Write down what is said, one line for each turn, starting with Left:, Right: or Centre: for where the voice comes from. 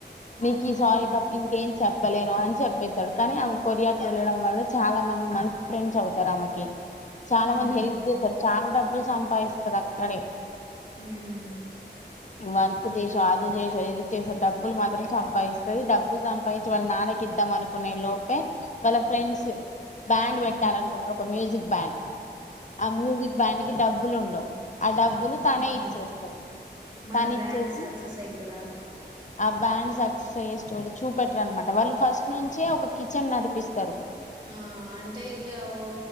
Left: నీకి
Right: ఉమ్
Left: సారి తప్ప ఇంకేం చెప్పలేను అని చెప్పేసి <unintelligible> ఆమె కొరియాకి వెళ్ళడం వల్ల చాలా మంది మంచి ఫ్రెండ్స్ అవుతారు ఆమెకి చాలా
Right: ఉమ్
Left: మంది హెల్ప్ చేశారు చాలా డబ్బులు సంపాదిస్తది అక్కడే
Right: మ్మ్
Left: వర్క్ చేసా అదో చేసో ఇది చేసో డబ్బులు మాత్రం చంపాదిస్తది డబ్ బ్ సంపాయించి వాళ్ళ నాన్నకిద్దాం అనుకునే లోపే వాళ్ళ ఫ్రెండ్స్ బ్యాండ్ పెట్టాలనుకొంట్రు
Right: ఉమ్
Left: ఒక మ్యూజిక్ బ్యాం ఆ మ్యూజక్ బ్యాం డబ్బులు ఉండవు ఆ డబ్బులు తానే
Right: ఆహా
Left: ఇచ్చేస్తది
Right: మరి
Left: తను
Right: ఆ
Left: ఇచ్చేసి
Right: బ్యాండ్ సక్సెస్ అయితదా
Left: ఆ బ్యాండ్స్ <unintelligible> స్టోరీ చూపెట్ట అనమాట వాళ్ళు ఫస్ట్ నుంచి ఒక కిచెన్ నడిపిస్త
Right: ఆ అంటే ఇక ఓ